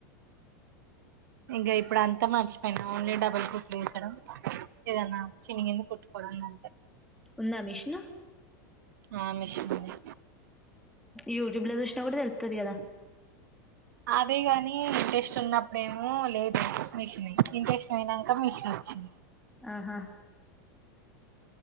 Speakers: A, on the right; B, in the centre.
A: ఇంకా ఇప్పుడు అంతా మర్చిపోయిన ఓన్లీ డబుల్ కుట్లు ఏసడం ఏదన్న చినిగింది కుట్ కోవడం గంతే
B: ఉందా మిషను
A: ఆ మిషన్ ఉంది
B: యూట్యూబ్లో చూసినా గుడా తెలుత్తది కదా
A: అదే గని ఇంట్రెస్ట్ ఉన్నప్పుడేమో లేదు మిషిని ఇంట్రెస్ట్ పోయినంకా మిషన్ వచ్చిం
B: ఆహా